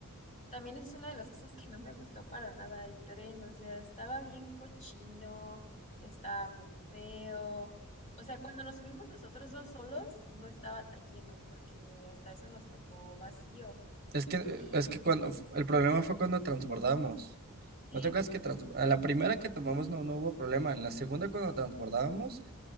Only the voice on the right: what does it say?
Es que eh,
es que cuando f- el problema fue cuando transbordamos.
¿No te acuerdas que trans- a la primera que tomamos no, no hubo problema, en la segunda cuando transbordábamos,